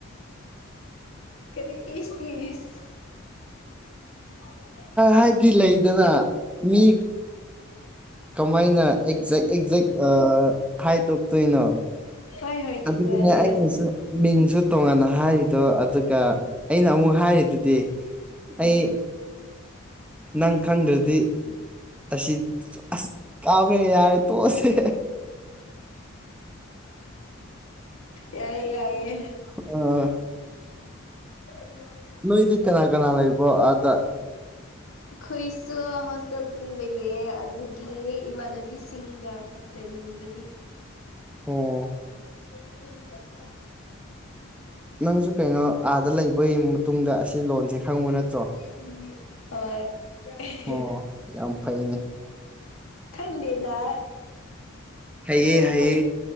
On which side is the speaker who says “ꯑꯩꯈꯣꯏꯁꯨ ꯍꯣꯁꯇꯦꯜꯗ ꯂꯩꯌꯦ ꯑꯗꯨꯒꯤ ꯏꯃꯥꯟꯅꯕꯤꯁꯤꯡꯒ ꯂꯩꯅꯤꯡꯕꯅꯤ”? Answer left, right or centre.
Left